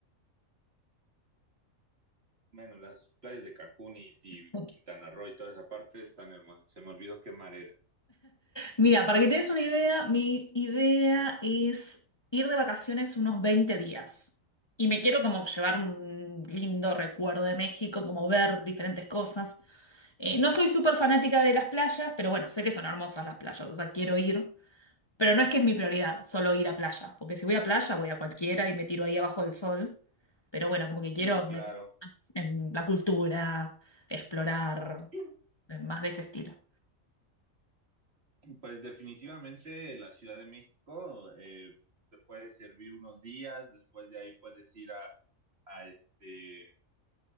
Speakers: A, on the right; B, on the left.
A: Bueno, las playas de Cancún y, y
B: <laughs>
A: Quintana Roo y toda esa parte están hermosas. Se me olvidó qué mar era.
B: Mira, para que te des una idea, mi idea es ir de vacaciones unos 20 días. Y me quiero como llevar un lindo recuerdo de México, como ver diferentes cosas. Eh, no soy súper fanática de las playas, pero bueno, sé que son hermosas las playas, o sea, quiero ir. Pero no es que es mi prioridad solo ir a playa, porque si voy a playa voy a cualquiera y me tiro ahí abajo del sol. Pero bueno, como que quiero
A: Sí, claro.
B: meter más en la cultura, explorar,
A: <laughs>
B: eh, más de ese estilo.
A: Pues definitivamente la Ciudad de México eh, te puede servir unos días, después de ahí puedes ir a, a este